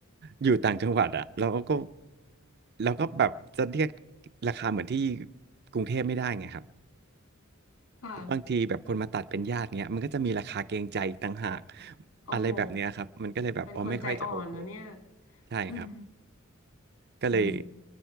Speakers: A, on the right; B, on the left.
A: อยู่ต่างจังหวัดอ่ะเราก็เราก็แบบจะเรียกราคาเหมือนที่กรุงเทพไม่ได้ไงครับ
B: ค่ะ
A: บางทีแบบคนมาตัดเป็นญาติเงี้ยมันก็จะมีราคาเกรงใจอีกต่างหาก
B: โอ้โห
A: อะไรแบบเนี้ยครับมันก็เลยแบบอ๋อไม่ค่อยจะโอเค
B: เป็นคนใจอ่อนนะเนี่ย
A: ใช่ครับ
B: อืม
A: ก็เลย
B: อืม